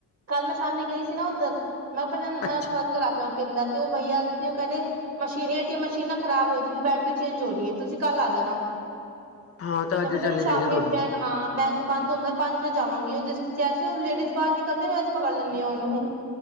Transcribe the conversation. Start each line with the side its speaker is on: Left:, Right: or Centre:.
Right: ਕੱਲ ਮੈਂ ਸ਼ਾਮੀ ਗਈ ਸੀ ਨਾ ਉੱਧਰ ਮੈਂ ਕਿਹਾ ਪਹਿਲਾਂ
Left: ਅੱਛਾ
Right: ਖ਼ਤਮ ਕਰਾ ਕੇ ਪਿੰਡ ਦਾ ਤੇ ਉਹ ਬਈਆ ਸੀ ਮਸ਼ਏਟੀਮ ਮਸ਼ੀਨ ਨਾ ਖਰਾਬ ਹੋਦੀ ਬੈਟਰੀ ਚੇਂਜ ਹੋ ਰਹੀ ਹੈ ਤੁਸੀਂ ਕੱਲ ਆ ਜਾਣਾ
Left: ਹਾਂ ਤਾਂ
Right: ਮੈਂ
Left: ਅੱਜ
Right: ਕਿਹਾ
Left: ਚਲੇ
Right: ਚਲੋ ਸ਼ਾਮੀ
Left: ਜਾਈਏ ਦੋਨੋਂ
Right: ਬੈਂ ਹਾਂ ਬੈਂਕ ਹੁੰਦਾ ਪੰਜ ਵਜੇ ਜਾਵਾਂਗੀ ਉਹਿਸ ਜੈਸੇ ਉਹ ਲੇਡੀਜ਼ ਬਾਹਰ ਨਿਕਲਦੀ ਅੱਜ ਪਕੜ ਲੈਂਦੀ ਹਾਂ ਉਹਨੂੰ